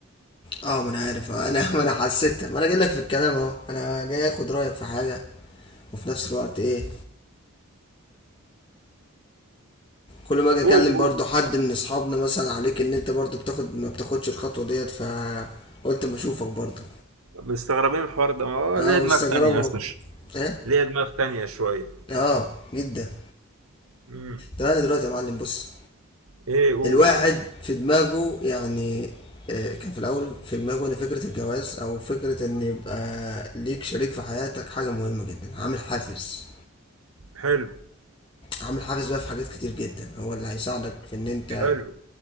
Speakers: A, on the left (about 20°); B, on the right (about 75°).
A: اه ما انا عارف اه، انا <laughs> ما انا حسيت ما انا جاي لك في الكلام اهو انا جاي اخد رايك في حاجه وفي نفس الوقت ايه كل ما اجي اكلم
B: قول قول
A: برضو حد من اصحابنا مثلا عليك ان انت برضو بتاخد ما بتاخدش الخطوه ديت فقلت ما اشوفك برضو
B: مستغربين الحوار ده ما هو
A: اه
B: ليه
A: مستغربه
B: دماغ تانية يا اسطى
A: ايه
B: ليا دماغ تانية شوية
A: اه جدا
B: امم
A: طب انا دلوقتي يا معلم بص
B: ايه قول
A: الواحد في دماغه يعني آه، كان في الاول في دماغه ان فكره الجواز او فكره ان يبقى ليك شريك في حياتك حاجه مهمه جدا عامل حافز
B: حلو
A: عامل حافز بقى في حاجات كتير جدا هو اللي هيساعدك في ان انت
B: حلو